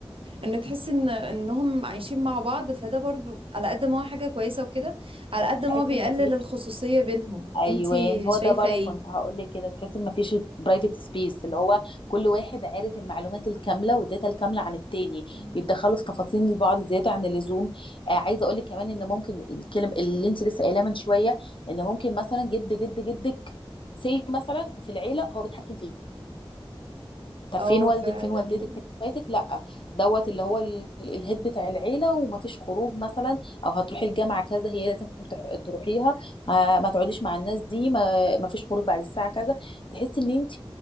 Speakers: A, on the right (about 75°); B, on the left (about 65°).
A: ان تحس ان انهم عايشين مع بعض فده برضو على قد ما هو حاجة كويسة وكده على قد
B: تحس
A: ما هو بيقلل
B: ان مفيش
A: الخصوصية بينهم
B: ايوان
A: انتي
B: هو
A: شايفة
B: ده بره
A: ايه؟
B: كنت هقول لك كده تحس ان مفيش برايفت سبيس اللي هو كل واحد عارف المعلومات الكامله والداتا الكامله عن التاني
A: مم.
B: بيتدخلوا في تفاصيل البعض زياده عن اللزوم آه عايزه اقول لك كمان ان ممكن الكلم اللي انت لسه قايلاه من شويه ان ممكن مثلا جد جد جدك سي مثلا في العيله هو بيتحكم فيكي طب
A: اه
B: فين والدك
A: فعلا
B: فين والدتك فين اخواتك لا دوت اللي هو ال- الهيد بتاع العيله ومفيش خروج مثلا او هتروحي الجامعه كذا هي لازم تح- تروحيها آه، ما تقعديش مع الناس دي ما مفيش خروج بعد الساعه كذا تحسي ان انت